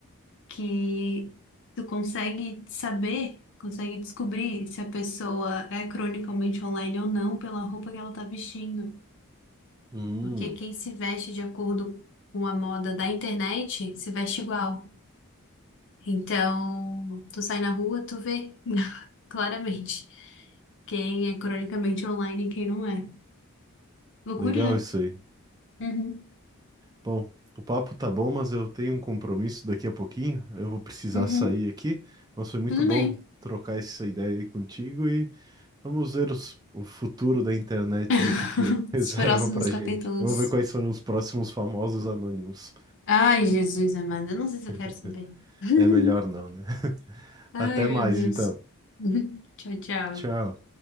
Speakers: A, on the left; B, on the right.
A: que tu consegue saber, consegue descobrir se a pessoa é cronicamente online ou não pela roupa que ela tá vestindo.
B: Hum,
A: Porque quem se veste de acordo com a moda da internet se veste igual. Então, tu sai na rua, tu vê <laughs> claramente quem é cronicamente online e quem não é. Loucura,
B: legal
A: né?
B: isso aí.
A: Uhum.
B: Bom, o papo tá bom, mas eu tenho um compromisso daqui a pouquinho. Eu vou precisar
A: Uhum.
B: sair aqui. Mas foi muito
A: Tudo
B: bom
A: bem.
B: trocar essa ideia aí contigo e vamos ver os- o futuro da internet
A: <laughs>
B: e o que que <laughs> reserva
A: Os próximos
B: pra
A: capítulos.
B: gente. Vamos ver quais são os próximos famosos anônimos.
A: Ai, Jesus amado, eu não sei se eu
B: <laughs>
A: quero saber. <laughs>
B: É melhor não, né?
A: Ai,
B: Até
A: meu
B: mais,
A: Deus.
B: então.
A: <laughs> Tchau, tchau.
B: Tchau.